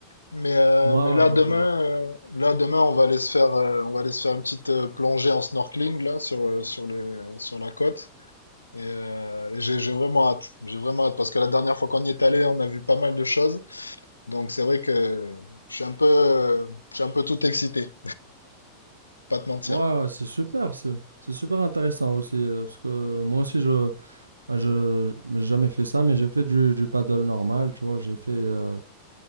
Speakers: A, on the left; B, on the right.
A: Mais euh,
B: Ouais,
A: mais
B: ouais,
A: là
B: ouais,
A: demain,
B: je vois.
A: euh, là demain, on va aller se faire, euh, on va aller se faire une petite euh, plongée en snorkeling là sur euh, sur les sur la côte. Et euh, j'ai j'ai vraiment hâte, j'ai vraiment hâte parce que la dernière fois qu'on y est allé, on a vu pas mal de choses. Donc c'est vrai que je suis un peu, je suis un peu tout excité. pas te mentir.
B: Ouais, ouais, c'est super, c'est c'est super intéressant aussi, euh, parce que moi aussi, je ben, je j'ai jamais fait ça, mais j'ai fait du, du paddle normal, tu vois, j'ai fait... euh,